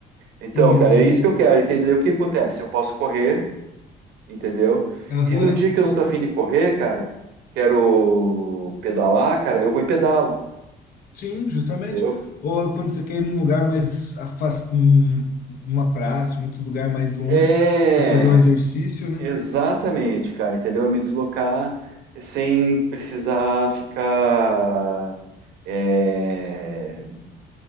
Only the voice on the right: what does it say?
Então,
cara, é
isso que eu quero, entendeu? O que acontece? Eu posso correr, entendeu?
E no dia que eu não tô afim de correr, cara, quero pedalar, cara, eu vou e pedalo.
Entendeu?
É,
exatamente, cara, entendeu? Me deslocar sem precisar ficar é,